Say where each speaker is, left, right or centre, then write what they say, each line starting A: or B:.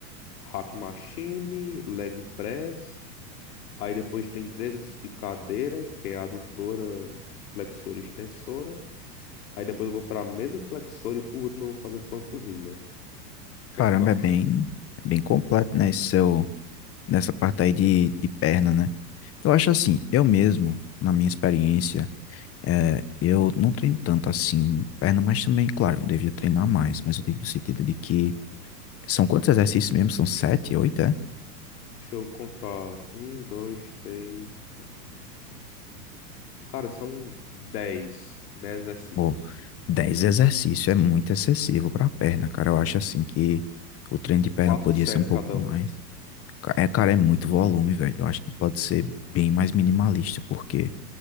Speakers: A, on the left (about 70°); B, on the left (about 30°).
A: hack machine, leg press. Aí depois tem três exercícios de cadeira, que é adutora, flexora e extensora. Aí depois eu vou para mesa flexora e por último eu vou fazer panturrilha. O
B: caramba,
A: que é que tu acha?
B: é bem, é bem completo, né, esse seu, nessa parte aí de, de perna, né. Eu acho assim, eu mesmo, na minha experiência, É, eu não treino tanto assim perna, mas também, claro, eu devia treinar mais, mas eu digo no sentido de que são quantos exercícios mesmo? São sete, oito, é?
A: Deixa eu contar. Um, dois, três. quatro, cinco. Cara, são dez. Dez exercícios.
B: Pô, dez exercícios é muito excessivo pra perna, cara. Eu acho assim que o treino de perna
A: Quatro
B: podia
A: séries
B: ser um pouco
A: cada
B: mais.
A: um.
B: Ca- É, cara, é muito volume, velho. Eu acho que pode ser bem mais minimalista, porque